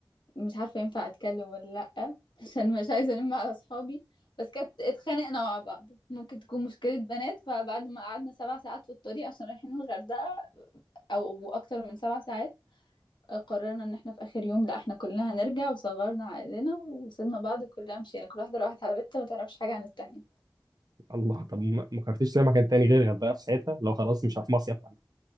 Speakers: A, on the left (about 80°); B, on the right (about 55°).
A: مش عارفة ينفع أتكلم ولا لأ <laughs> عشان مش عايزة ألم على أصحابي بس كانت اتخانقنا مع بعض ممكن تكون مشكلة بنات فبعد ما قعدنا سبع ساعات في الطريق عشان رايحين الغردقة أو أكتر من سبع ساعات قررنا إن احنا في آخر يوم لأ احنا كلنا هنرجع وصغرنا عقلنا وسيبنا بعض وكلنا مشينا كل واحدة راحت على بيتها ما تعرفش حاجة عن التانية
B: الله طب ما ما قررتش تروح مكان تاني غير الغردقه في ساعتها لو خلاص مش هروح مصيف انا